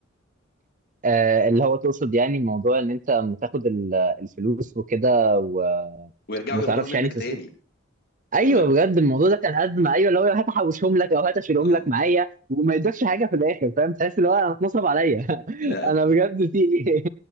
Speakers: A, on the right; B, on the left.
A: <laughs> آه اللي هو تقصد يعني موضوع ان انت لما تاخد ال- الفلوس وكده و-
B: ويرجعوا
A: وما
B: ياخدوها
A: تعرفش
B: منك
A: يعني تصرف
B: تاني
A: ايوه
B: يقول لك
A: بجد الموضوع ده كان ازمه ايوه اللي هو هات احوشهم لك او هات اشيلهم
B: اه
A: لك معايا وما يدكش حاجه في الاخر فاهم تحس اللي هو انا اتنصب عليا <laughs>
B: لا
A: انا بجد في ايه